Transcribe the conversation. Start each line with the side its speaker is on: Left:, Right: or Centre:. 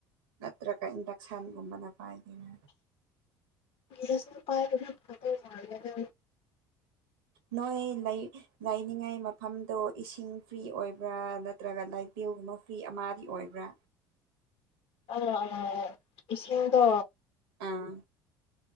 Right: ꯅꯠꯇ꯭ꯔꯒ ꯏꯟꯗꯛꯁꯟꯒꯨꯝꯕꯅ ꯄꯥꯏꯒꯦꯔꯥ꯫
Left: ꯒꯦꯁꯅ ꯄꯥꯏꯕꯅ ꯐꯗꯧ ꯃꯥꯜꯂꯦꯗ꯫
Right: ꯅꯣꯏ ꯂꯥꯏꯅꯤꯡꯉꯥꯏ ꯃꯐꯝꯗꯣ ꯏꯁꯤꯡ ꯐ꯭ꯔꯤ ꯑꯣꯏꯕ꯭ꯔꯥ ꯅꯠꯇ꯭ꯔꯒ ꯂꯥꯏꯠ ꯄꯤꯌꯣꯒꯨꯝꯕ ꯐ꯭ꯔꯤ ꯑꯃꯗꯤ ꯑꯣꯏꯕ꯭ꯔꯥ꯫
Left: ꯑ ꯑ ꯏꯁꯤꯡꯗꯣ
Right: ꯑꯥ꯫